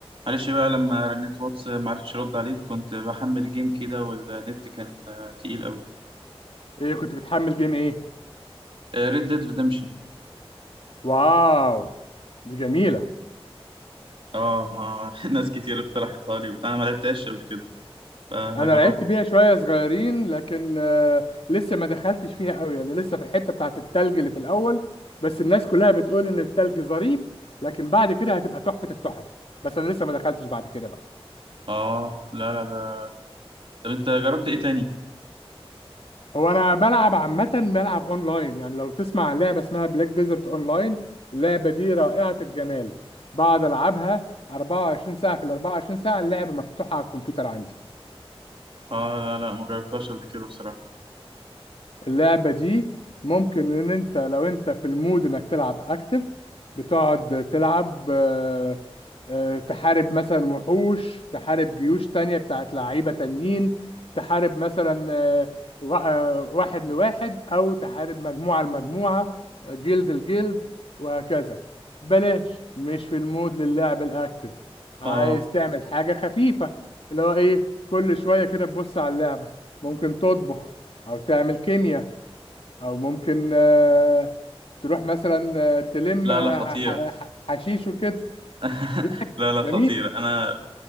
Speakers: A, on the right; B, on the left.
A: معلش بقى لما رنيت واتس ما عرفتش ارد عليك كنت بحمل جيم كده والنت كان آه، تقيل قوي
B: ايه كنت بتحمل جيم ايه
A: ريد ديد ريدمشن
B: واو دي جميلة
A: اه Red Dead Redemption. آه، ما <laughs> ناس كتير اقترحتها لي وبتاع أنا ما لعبتهاش قبل كده فهجربها
B: انا لعبت بيها شوية صغيرين لكن آه، لسه ما دخلتش فيها قوي يعني لسه في الحتة بتاعت التلج اللي في الاول بس الناس كلها بتقول ان التلج ظريف لكن بعد كده هتبقى تحفة التحف بس انا لسه ما دخلتش بعد كده بقى
A: اه لا لا ده طب انت جربت ايه تاني
B: هو انا بلعب عامة بلعب اونلاين يعني لو تسمع عن لعبة اسمها بلاك ديزرت اونلاين اللعبة دي رائعة الجمال بقعد العبها 24 ساعة في ال 24 ساعة اللعبة مفتوحة على الكمبيوتر عندي
A: اه لا لا ما جربتهاش قبل كده بصراحة
B: اللعبة دي ممكن ان انت لو انت في المود انك تلعب اكتف بتقعد تلعب آه، آه، تحارب مثلا وحوش تحارب جيوش تانية بتاعت لعيبة تانيين تحارب مثلا آه، وا- آه، واحد لواحد او تحارب مجموعة لمجموعة آه، جلد الجلد وهكذا بلاش مش في المود للعب الاكتف عايز
A: اه
B: تعمل حاجة خفيفة اللي هو ايه كل شوية كده تبص على اللعبة ممكن تطبخ او تعمل كيمياء او ممكن آه، تروح مثلا آه، تلم
A: لا
B: آه،
A: لا خطيرة
B: ح- ح- حشيش وكده
A: <laughs>
B: يعني
A: لا لا خطيرة
B: جميل
A: انا